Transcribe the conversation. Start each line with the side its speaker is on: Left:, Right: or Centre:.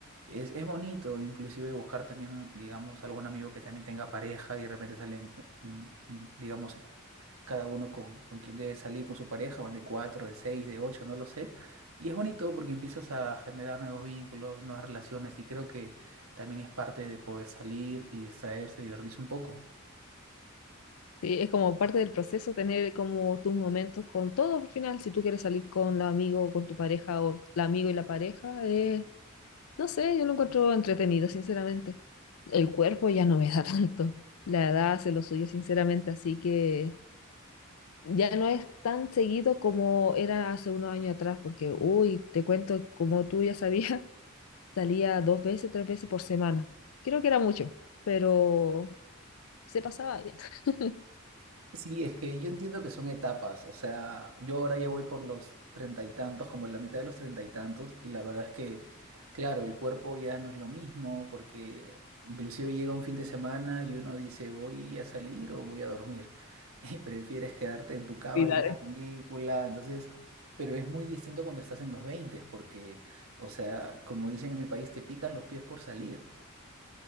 Right: Es, es bonito, inclusive buscar también, digamos, algún amigo que también tenga pareja y de repente salen, eh, mm, mm, digamos, cada uno con, con quien debe salir con su pareja, van de cuatro, de seis, de ocho, no lo sé. Y es bonito porque empiezas a generar nuevos vínculos, nuevas relaciones y creo que también es parte de poder salir y distraerse, divertirse un poco.
Left: Sí, es como parte del proceso tener como tus momentos con todos al final. Si tú quieres salir con la amigo o con tu pareja o la amigo y la pareja, eh, no sé, yo lo encuentro entretenido, sinceramente. El cuerpo ya no me da <laughs> tanto. La edad hace lo suyo, sinceramente, así que ya no es tan seguido como era hace unos años atrás, porque, uy, te cuento, como tú ya sabías, <laughs> salía dos veces, tres veces por semana. Creo que era mucho, pero se pasaba bien. <laughs>
Right: Sí, es que yo entiendo que son etapas, o sea, yo ahora ya voy por los treinta y tantos, como en la mitad de los treinta y tantos, y la verdad es que, claro, el cuerpo ya no es lo mismo, porque inclusive llega un fin de semana y uno dice, voy a salir o voy a dormir, <laughs> y prefieres quedarte en tu cama
Left: Sí,
Right: viendo
Left: la-
Right: Claro. una película, entonces, pero es muy distinto cuando estás en los veinte, porque, o sea, como dicen en mi país, te pican los pies por salir.